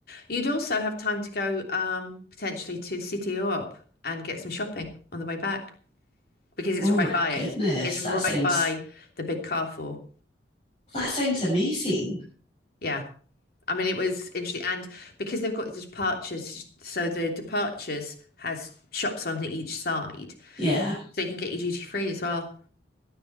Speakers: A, on the left; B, on the left.
A: You'd also have time to go um, potentially to the city or up and get some shopping on the way back because it's
B: Oh
A: right
B: my
A: by it.
B: goodness,
A: It's right
B: that sounds
A: by the big Carrefour.
B: that sounds amazing.
A: Yeah. I mean, it was interesting. And because they've got the departures, so the departures has shops on each side.
B: Yeah.
A: So you can get your duty free as well.